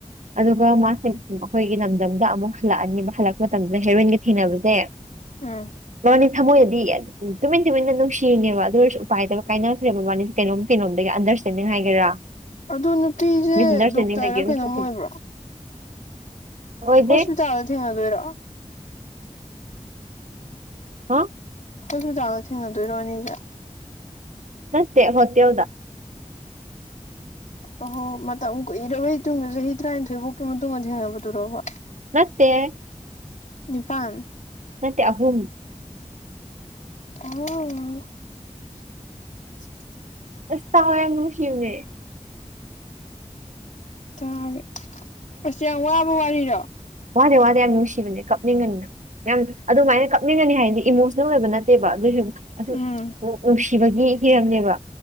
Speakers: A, on the right (about 75°); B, on the left (about 75°).
A: ꯑꯗꯨꯒ ꯃꯥꯁꯦ ꯑꯩꯈꯣꯏꯒꯤ ꯂꯝꯗꯝꯗ ꯑꯃꯨꯛ ꯍꯜꯂꯛꯑꯅꯤꯕ ꯍꯜꯂꯛꯄ ꯃꯇꯝꯁꯤꯗ ꯍꯦꯔꯣꯏꯟꯒ ꯊꯦꯡꯅꯕꯁꯦ
B: ꯎꯝ
A: ꯃꯕꯥꯅꯤ ꯊꯃꯣꯏꯗꯗꯤ ꯌꯥꯝ ꯎꯝ ꯇꯨꯃꯤꯟ ꯇꯨꯃꯤꯟꯅ ꯅꯨꯡꯁꯤꯔꯤꯅ‌ꯦꯕ ꯑꯗꯨ ꯑꯣꯏꯔꯁꯨ ꯎꯄꯥꯏ ꯂꯩꯇꯕꯩ ꯀꯥꯏꯅꯈ꯭ꯔꯦꯕ ꯃꯕꯥꯅꯤꯁꯦ ꯀꯩꯅꯣꯝ ꯀꯩꯅꯣꯝꯗꯒꯤ ꯑꯟꯗꯔꯁꯇꯦꯟꯗꯤꯡ ꯍꯥꯏꯒꯦꯔꯥ
B: ꯑꯗ‌ꯣ ꯅꯨꯄꯤꯁꯦ
A: ꯃꯤꯁꯑꯟꯗꯔꯁꯇꯦꯟꯗꯤꯡ
B: ꯗꯣꯛꯇꯔ
A: ꯂꯩꯒꯦ
B: ꯔ
A: ꯑꯗꯨꯝ
B: ꯀꯩꯅꯣꯝ
A: ꯊꯣꯛꯈꯤꯕ
B: ꯑꯣꯏꯕ꯭ꯔꯣ
A: ꯑꯣꯏꯗꯦ
B: ꯍꯣꯁꯄꯤꯇꯥꯜꯗ ꯊꯦꯡꯅꯗ‌ꯣꯏꯔ‌ꯣ
A: <unintelligible>
B: ꯍꯣꯁꯄꯤꯇꯥꯜꯗ ꯊꯦꯡꯅꯗꯣꯏꯔꯣ ꯑꯅꯤꯁ‌ꯦ
A: ꯅꯠꯇꯦ ꯍ‌ꯣꯇ‌ꯦꯜ ꯗ
B: ꯑꯍꯣ ꯃꯇꯝ ꯀꯨꯏꯔꯕꯩ ꯇꯨꯡꯗ ꯆꯍꯤ ꯇꯔꯥꯅꯤꯊꯣꯏꯐꯥꯎꯀꯤ ꯃꯇꯨꯡꯗ ꯊꯦꯡꯅꯕꯗꯨꯔꯣꯕ
A: ꯅꯠꯇ‌ꯦꯍ‌ꯦ
B: ꯅꯤꯄꯥꯟ
A: ꯅꯠꯇ‌ꯦ ꯑꯍꯨꯝ
B: ꯑꯣ
A: ꯑꯁ ꯇꯥꯎꯍ‌ꯦ ꯌꯥꯝ ꯅꯨꯡꯁꯤꯕꯅ‌ꯦ
B: ꯇꯒ‌ꯦ ꯑꯁ ꯌꯥꯝ ꯋꯥꯕ ꯋꯥꯔꯤꯔꯣ
A: ꯋꯥꯗ‌ꯦ ꯋꯥꯗꯦ ꯌꯥꯝ ꯅꯨꯡꯁꯤꯕꯅꯤ ꯀꯞꯅꯤꯡꯒꯅꯤ ꯌꯥꯝ ꯑꯗꯨꯃꯥꯏꯅ ꯀꯞꯅꯤꯡꯒꯅꯤ ꯍꯥꯏꯗꯤ ꯏꯃꯣꯁꯅꯦꯜ ꯑꯣꯏꯕ ꯅꯠꯇꯦꯕ ꯑꯗꯨꯏꯁꯨ ꯑꯁꯨꯝ
B: ꯎꯝ
A: ꯅꯨꯡꯁꯤꯕꯒꯤ ꯍꯤꯔꯝꯅꯦꯕ